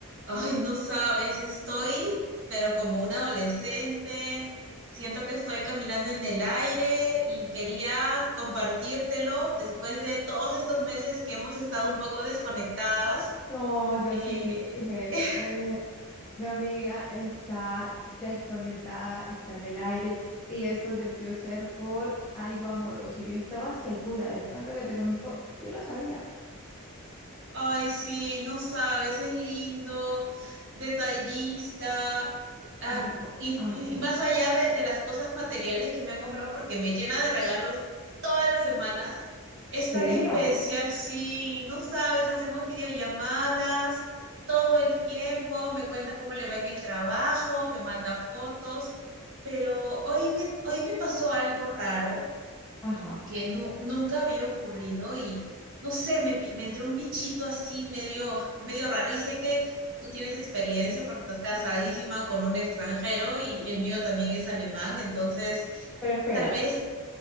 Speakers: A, on the right; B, in the centre.
A: Ay, no sabes, estoy, pero como un adolescente, siento que estoy caminando en el aire y quería compartírtelo después de todos estos meses que hemos estado un poco desconectadas.
B: No, yo
A: eh,
B: sí dije,
A: <laughs>
B: eh, mi amiga está desconectada, está en el aire y eso debió ser por algo amoroso. Yo estaba segura de tanto que te conozco, yo lo sabía.
A: Ay, sí, no sabes, es lindo, detallista, ah,
B: Gua-
A: y,
B: Ajá,
A: y- y más allá de, de las cosas materiales que me ha comprado, porque me llena de regalos todas las semanas, es tan especial,
B: no,
A: sí, no sabes, hacemos videollamadas todo el tiempo, me cuenta cómo le va en el trabajo, me manda fotos, pero hoy me, hoy me pasó algo raro
B: ajá.
A: que no, nunca había ocurrido y no sé, me, pi- me entró un bichito así medio, medio raro y sé que tú tienes experiencia porque estás casadísima con un extranjero y el mío también es alemán, entonces
B: Pero espera,
A: tal vez